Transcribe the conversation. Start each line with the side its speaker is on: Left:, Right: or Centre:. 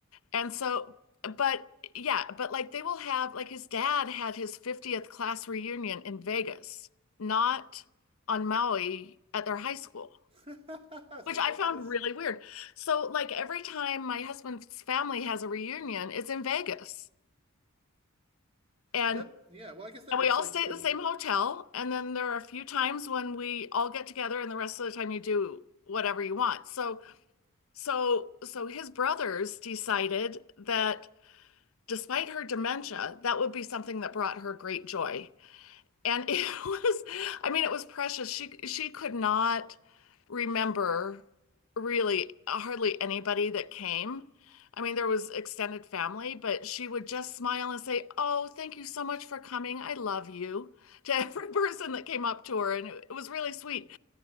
Left: And so, but yeah, but like they will have, like his dad had his 50th class reunion in Vegas, not on Maui at their high school.
Right: <laughs> That's
Left: Which
Right: ridiculous.
Left: I found really weird. So, like, every time my husband's family has a reunion, it's in Vegas. And
Right: That yeah, well, I guess that
Left: and
Right: makes
Left: we all
Right: sense
Left: stay
Right: too.
Left: at the same hotel. And then there are a few times when we all get together, and the rest of the time you do whatever you want. So, so, so his brothers decided that despite her dementia, that would be something that brought her great joy. And it <laughs> was, I mean, it was precious. She she could not remember really uh, hardly anybody that came. I mean, there was extended family, but she would just smile and say, "Oh, thank you so much for coming. I love you," to every <laughs> person that came up to her, and it, it was really sweet.